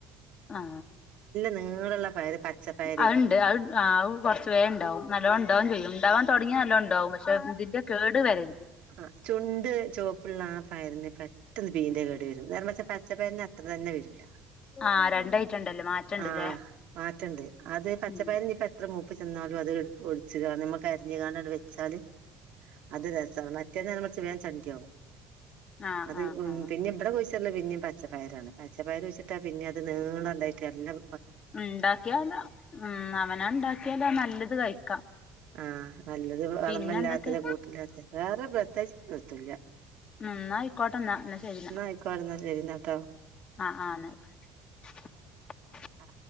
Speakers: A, on the left; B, on the right.
A: ആഹ് ആ
B: നീളള്ള പയറ് പച്ചപ്പയറേ
A: അതുണ്ട് അത് ആ കുറച്ച് വേഗ ഉണ്ടാവും നല്ല ഉണ്ടാവും ചെയ്യും ഉണ്ടാവാൻ തുടങ്ങി നല്ല ഉണ്ടാവും പക്ഷെ ഇതിന്റെ കേട് വരരുത്
B: ആ ചുണ്ട് ചുവപ്പുള്ള ആ പയറിന്റെ പെട്ടെന്ന് പീന്റെ കേട് വരും നേരെ മറിച്ചു പച്ചപ്പ പിന്നെ അത്ര തന്നെ വരുല്ല
A: ആഹ് രണ്ടായിട്ടുണ്ടല്ലോ മാറ്റണ്ടല്ലേ
B: ആ മാറ്റണ്ട് അത് പച്ചപ്പയർ
A: ഉം
B: ഇനി എത്ര മൂ ഇപ്പൊ ചെന്നാലും അത് ഒഴിച്ച്ക്കാണ്ട് നമ്മകരിഞ്ഞ്കാണ്ട് വെച്ചാല് അത് <unintelligible> മറ്റേന്ന് മറിച്ച് വേഗം ചണ്ടി ആകും
A: ആഹ്
B: അത്
A: ആഹ് ആഹ്
B: പിന്നെ ഇവിടെ വോയിസ് പുള്ള പിന്നെയും പച്ചപ്പയറാണ് പച്ചപ്പയർ വെച്ചിട്ടാൽ പിന്നെ അത് നീളം ഉണ്ടായിട്ട് എല്ലാം
A: ഉണ്ടാക്കിയാലോ ഉ അവന ഉണ്ടാക്കിയാലോ നല്ലത് കഴിക്കാം
B: ആഹ നല്ലത് വളമല്ലാത്തത്
A: പിന്നെ എന്തൊക്കെ
B: കൂട്ടില്ലാത്തത് വേറെ പ്രത്യേകിച്ച് എത്തുല്യ
A: ഉ എന്നാ ഇക്കോട്ടെ എന്നാ എന്നാ ശരിന്നാ
B: ആയിക്കോട്ടെ എന്നാ ശരി എന്നാട്ടോ
A: ആഹ ആ എന്നക്കോട്ടെ
B: ആ